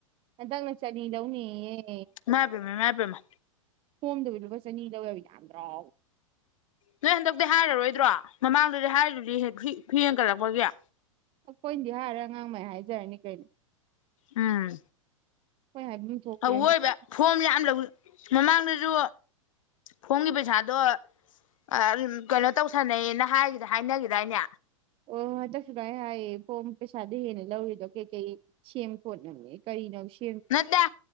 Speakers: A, on the right (about 30°); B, on the left (about 70°).
A: ꯍꯟꯗꯛꯅ ꯆꯅꯤ ꯂꯧꯅꯤꯌꯦ ꯌꯦ
B: ꯏꯃꯥꯏꯄꯦꯝꯃ ꯏꯃꯥꯏ ꯄꯦꯝꯃ
A: ꯐꯣꯝꯗꯨꯒꯤ ꯂꯨꯄꯥ ꯆꯅꯤ ꯂꯧꯋ ꯌꯥꯝꯗ꯭ꯔꯣ
B: ꯅꯣꯏ ꯍꯟꯗꯛꯇꯤ ꯍꯥꯏꯔꯔꯣꯏꯗ꯭ꯔꯣ ꯃꯃꯥꯡꯗꯨꯗꯤ ꯍꯥꯏꯔꯤꯗꯨꯗꯤ ꯐ ꯐꯤ ꯍꯦꯟꯒꯠꯂꯛꯄꯒꯤ
A: ꯑꯩꯈꯣꯏꯅꯗꯤ ꯍꯥꯏꯔꯔꯣꯏ ꯑꯉꯥꯡ ꯃꯥꯏ ꯍꯥꯏꯖꯔꯅꯤ ꯀꯩꯅꯣ
B: ꯎꯝ
A: ꯑꯩꯈꯣꯏ ꯍꯥꯏꯕꯝ ꯊꯣꯛꯇ꯭ꯔꯦ
B: ꯑꯑꯣꯏꯕ
A: ꯃꯣꯏ
B: ꯐꯣꯝ ꯌꯥꯝ ꯂꯧ ꯃꯃꯥꯡꯗꯁꯨ ꯐꯣꯝꯒꯤ ꯄꯩꯁꯥꯗꯣ ꯑꯥ ꯀꯩꯅꯣ ꯇꯧꯁꯥꯟꯅꯩꯌꯦꯅ ꯍꯥꯏ ꯍꯥꯏꯅꯈꯤꯗꯥꯏꯅꯦ
A: ꯑꯣ ꯍꯟꯗꯁꯨꯗꯥꯏ ꯍꯥꯏꯌꯦ ꯐꯣꯝ ꯄꯩꯁꯥꯗꯣ ꯍꯦꯟꯅ ꯂꯧꯔꯤꯗꯣ ꯀꯩꯀꯩ ꯁꯦꯝ ꯈꯣꯠꯅꯕꯅꯦ ꯀꯔꯤꯅꯣꯕ ꯁꯦ
B: ꯅꯠꯇꯦ